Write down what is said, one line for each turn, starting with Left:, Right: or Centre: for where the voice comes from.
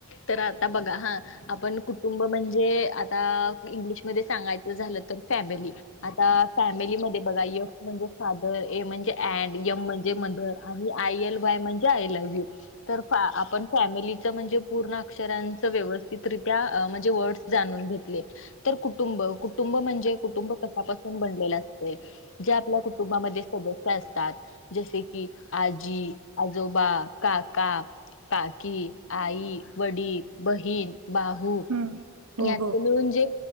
Left: तर आता बघा हा आपण कुटुंब म्हणजे आता इंग्लिशमध्ये सांगायचं झालं तर फॅमिली आता फॅमिलीमध्ये बघा य म्हणजे फादर ए म्हणजे अऍड यम म्हणजे मधर आणि आय एल वाय म्हणजे आय लव्ह यू तर फ आपण फॅमिली म्हणजे पूर्ण अक्षरांच व्यवस्थितरित्या म्हणजे वर्डस जाणून घेतले तर कुटुंब कुटुंब म्हणजे कुटुंब कशपासून बनलेलं असते जे आपल्या कुटुंबामध्ये सदस्य असतात जसे की आजी आजोबा काका काकी आई वडील बहीण बाहू
Right: हम्म हो
Left: यांच
Right: हो
Left: मिळून जे